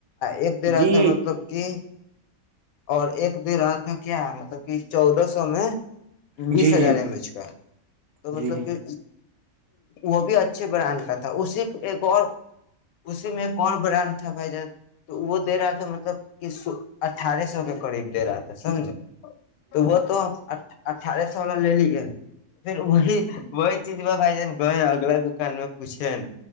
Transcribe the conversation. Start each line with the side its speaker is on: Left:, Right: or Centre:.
Left: ایک دے رہا
Right: جی
Left: تھا مطلب کہ اور ایک دن رات میں کیا مطلب کہ چودہ سو میں بیس
Right: جی
Left: ہزار
Right: جی
Left: ایم ایچ کا تو مطلب
Right: جی جی
Left: کہ وہ بھی ا اچھے براینڑ کا تھا اسے ایک اور اسی میں کون برانڈ تھا بھائی جان تو وہ دے رہا تھا مطلب کہ اٹھارہ سو کے قریب دے رہا تھا سمجھو تو وہ تو اٹھارہ سو والا لے لیے پھر وہی وہی چیز میں بھائی جان وہ اگلا دکان میں پوچے ہے نا